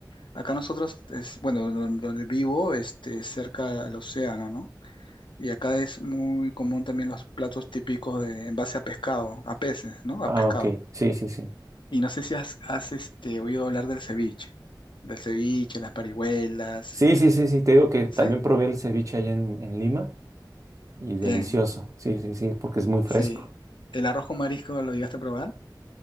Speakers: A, on the left (about 80°); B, on the right (about 40°).
A: acá nosotros, es, bueno, don- donde vivo, este, es cerca al océano, ¿no? Y acá es muy común también los platos típicos de, en base a pescado, a peces, ¿no?
B: ah,
A: A pescado.
B: ok, sí, sí, sí.
A: Y no sé si has, has, este, oído hablar del ceviche, del ceviche, las parihuelas,
B: Sí, sí, sí, sí, te digo que también
A: ¿sí?
B: probé el ceviche allá en, en Lima y delicioso.
A: Bien,
B: Sí, sí, sí, porque es muy fresco.
A: sí. ¿El arroz con marisco lo llegaste a probar?